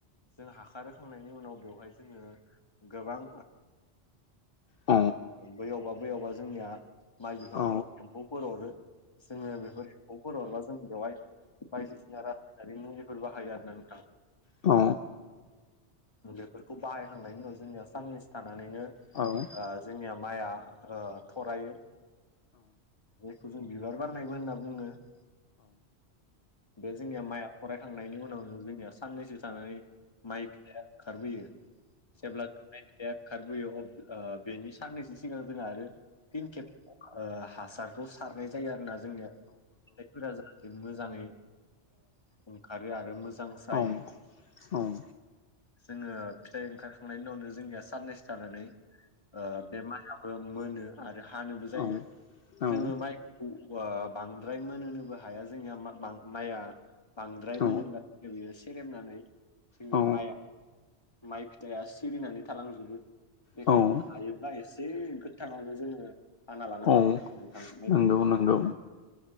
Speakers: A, on the left; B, on the left.
A: जों हाखार होखांनायनि उनाव बेवहाय जोङो गोबां
B: औ
A: बैयावबा बैयावबा जोंनिया माइ बिफांफोरा
B: औ
A: एम्फौफोर अरो जोङो बेफोरफोरखौ हर हरबा जों बेवहाय बायदिसिना रासायनारि मुलिफोर बाहायो आरो ना नोंथां
B: अ
A: बेफोरखौ बाहायखांनायनि उनाव जोंनिया साननैसो थानानैनो
B: औ
A: जोंनिया माइआ थरायो जायखौ जों बिबार बारनायबो होनना बुंनो बे जोंनिया माया थरायखांनायनि उनावनो जोंनिया साननैसो थानानै माइ बिलाया ओंखारबोयो जेब्ला माइ बिलाया ओंखारबोयो अब्ला बेनि साननैसो सिगां जोंहा आरो फिन खेब हासारखौ सारनाय जायो आरो ना जोंनिया जायफोरा बे मोजाङै ओंखारो आरो मोजां जायो
B: औ औ
A: जोङो फिथाइ ओंखारखांनायनि उनावनो जोंनिया साननैसो जानानै बे माइआबो मोनो आरो हानोबो जायो
B: औ औ
A: जोङो
B: औ
A: माइ बांद्राय मोनहोनोबो हाया जोंनिया माइआ बांद्राय मोनोब्ला
B: औ
A: जो बियो सेरेमनानै जोंनि
B: औ
A: माइआ माइ फिथाइया सिरिनानै थालांजोबो बेखायनो
B: औ
A: हायोब्ला एसे गो ङावनो जोङो हाना लानांगौ
B: औ
A: नोंथां
B: नंगौ नंगौ